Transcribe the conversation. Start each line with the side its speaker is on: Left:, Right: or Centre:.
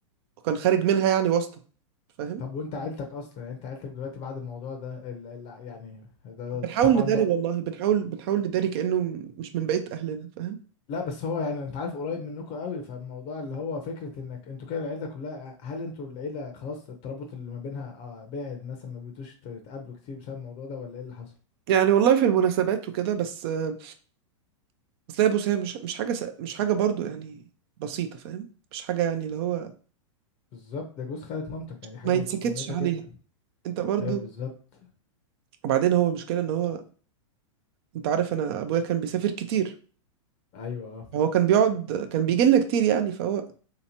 Right: كان خارج منها يعني واسطه فاهم
Left: طب وانت عيلتك اصلا يعني انت عيلتك دلوقتي بعد الموضوع ده ال... ال... يعني ده... ده... ده-
Right: بنحاول
Left: طبعا
Right: نداري
Left: ده
Right: والله بنحاول بنحاول نداري كانه م- مش من بقيه اهلنا فاهم
Left: لا بس هو يعني انت عارف قريب منكم قوي فالموضوع اللي هو فكره انك انتوا كده العيله كلها هل انتوا العيله خلاص الترابط اللي ما بينها آه بعد مثلا ما بقيتوش تتقابلوا كتير بسبب الموضوع ده ولا ايه اللي حصل
Right: يعني والله في المناسبات وكده بس آه، بس لا بص هي مش مش حاجه س... مش حاجه برضو يعني بسيطه فاهم مش حاجه يعني اللي هو
Left: بالظبط ده جوز خالة مامتك يعني دي حاجه
Right: ما يتسكتش
Left: قريبه
Right: عليها
Left: جدا
Right: انت برضو
Left: ايوه بالظبط
Right: وبعدين هو المشكله ان هو انت عارف انا ابويا كان بيسافر كتير
Left: ايوه اه
Right: هو كان بيقعد كان بيجي لنا كتير يعني فهو